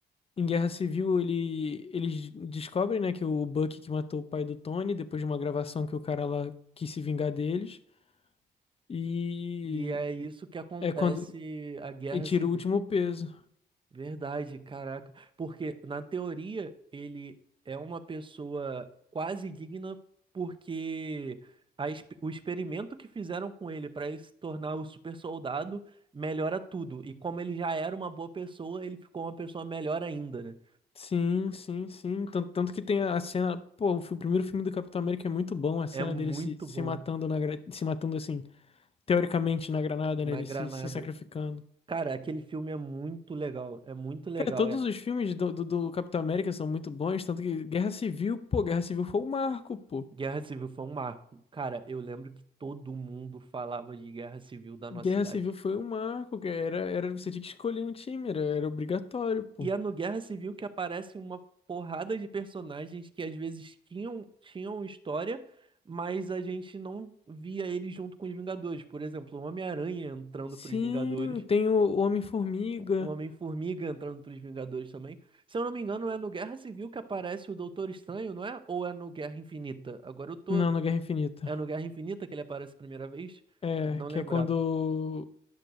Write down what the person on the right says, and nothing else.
E é isso que acontece
a guerra
civil.
Verdade, caraca. Porque, na teoria, ele é uma pessoa quase digna, porque a ex- o experimento que fizeram com ele para ele se tornar o super soldado melhora tudo. E como ele já era uma boa pessoa, ele ficou uma pessoa melhor ainda, né?
É muito
bom
na
granada.
Cara, aquele filme é muito legal, é muito legal.
É...
Guerra Civil foi um marco. Cara, eu lembro que todo mundo falava de Guerra Civil da nossa
cidade.
E é no Guerra Civil que aparecem uma porrada de personagens que às vezes tinham, tinham história, mas a gente não via eles junto com os Vingadores. Por exemplo, o Homem-Aranha entrando
pros Vingadores,
o Homem-Formiga entrando pros Vingadores também. Se eu não me engano, é no Guerra Civil que aparece o Doutor Estranho, não é? Ou é no Guerra Infinita? Agora eu tô,
É no Guerra Infinita que ele aparece a primeira vez?
Não lembrava.